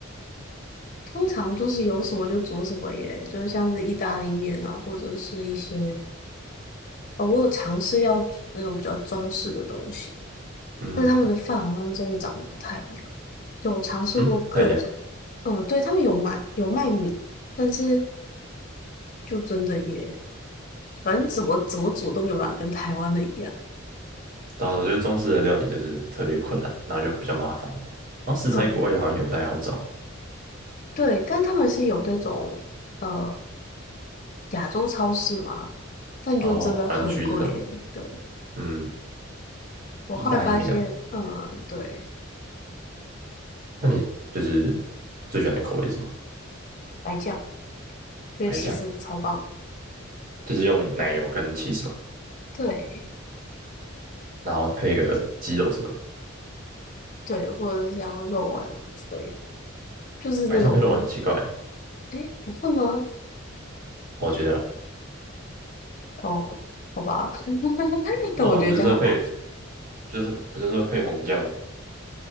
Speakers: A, on the left; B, on the right.
A: 通常就是有什么就煮什么耶，就是像是意大利面啊，或者是一些，哦，我有尝试要煮那种比较中式的东西，
B: 嗯
A: 但是他们的饭好像真的长得不太一样。就我尝试过各种，
B: 嗯，不太一样。
A: 嗯、对，他们有卖有卖米，但是就真的也，反正怎么怎么煮都没有办法跟台湾的一样。
B: 对啊，我觉得中式的料理就是特别困难，然后又比较麻烦，然后食材国外也好像也不太好找。
A: 嗯，对，但他们是有那种。呃亚洲超市嘛，但就真的很贵欸对，
B: 哦，华人区这种，嗯，
A: 我后来发现，
B: 意大利面啊，
A: 嗯，对，
B: 那你就是最喜欢的口味是什么？
A: 白酱，就其实超棒。
B: 白酱，就是用奶油跟 cheese 嘛，
A: 对
B: 然后配个鸡肉什么的。
A: 对，或者是像肉丸啊之类的，就是那种，
B: 白酱配肉很奇怪，
A: 诶，不会吗？
B: 我觉得啦
A: 哦，好吧，<laughs> 但我觉得这样还蛮好吃。
B: 肉丸不就是要配，不就是不就是要配红酱吗？